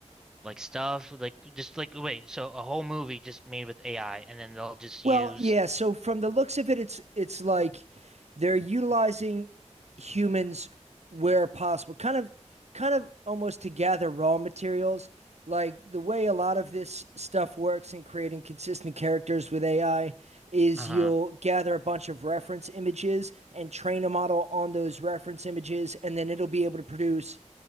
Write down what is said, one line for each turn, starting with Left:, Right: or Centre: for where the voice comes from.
Centre: like stuff like just like wait, so a whole movie just made with AI and then they'll just
Right: Well,
Centre: use
Right: yeah, so from the looks of it, it's it's like they're utilizing humans where possible, kind of kind of almost to gather raw materials. Like the way a lot of this stuff works in creating consistent characters with AI is
Centre: uh-huh.
Right: you'll gather a bunch of reference images and train a model on those reference images, and then it'll be able to produce